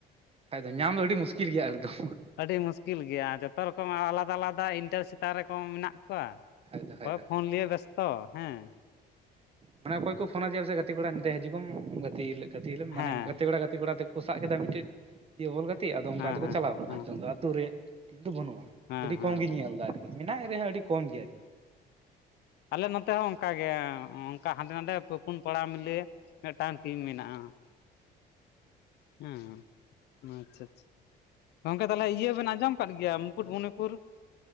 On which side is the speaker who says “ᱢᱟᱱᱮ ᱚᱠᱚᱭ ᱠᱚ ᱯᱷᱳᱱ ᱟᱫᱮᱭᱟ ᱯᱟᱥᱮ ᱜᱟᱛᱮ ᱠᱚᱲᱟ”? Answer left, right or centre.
Right